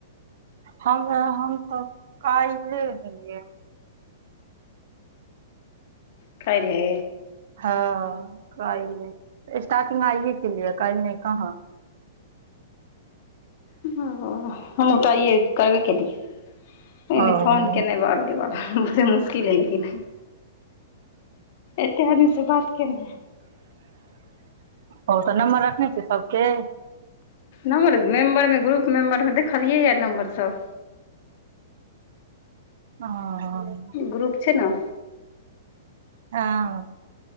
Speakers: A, on the right; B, on the left.
A: हम हम तऽ कैल्हे गेलियै।
B: कैल्हे
A: हँ कैल्हे स्टार्टिंग आइए केलियै कैल नै काहाँ?
B: ओ हमहुँ तऽ आय ये करबे केलियै। न
A: ओ
B: फोन केनै बाल गे बाल बड़ा मुशकिल है लेकिन। एते आदी से बात केनाय।
A: ओ तऽ नम्बर रखने छियै सबके?
B: नम्बर मेंबर मे ग्रुप मेंबर मे देखलियै ये नम्बर सब।
A: हँ।
B: ग्रुप छै नऽ।
A: हँ